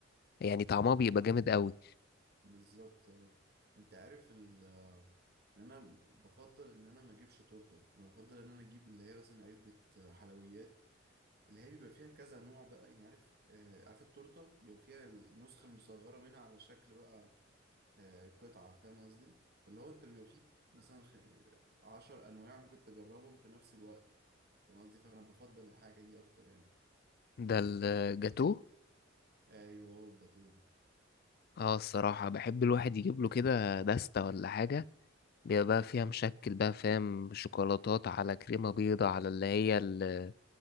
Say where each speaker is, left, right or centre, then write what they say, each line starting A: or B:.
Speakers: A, on the left; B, on the right.
A: يعني طعمها بيبقى جامد أوي
B: بالظبط اه انت عارف ال يعني انا بفضل ان انا ما اجيبش تورته انا بفضل ان انا اجيب اللي هي مثلا علبه حلويات اللي هي بيبقى فيها كذا نوع بقى يعني عارف آه عارف التورته بيبقى فيها النسخه المصغره منها على شكل بقى آه قطعه فاهم قصدي فاللي هو انت بيبقى فيه مثلا خ... عشر انواع ممكن تجربهم في نفس الوقت فاهم قصدي فانا بفضل الحاجه دي اكتر يعني
A: ده الجاتو
B: ايوه هو الجاتوه ده
A: اه الصراحة بحب الواحد يجيب له كده دستة ولا حاجة بيبقى بقى فيها مشكل بقى فاهم شوكولاتات على كريمة بيضة على اللي هي ال-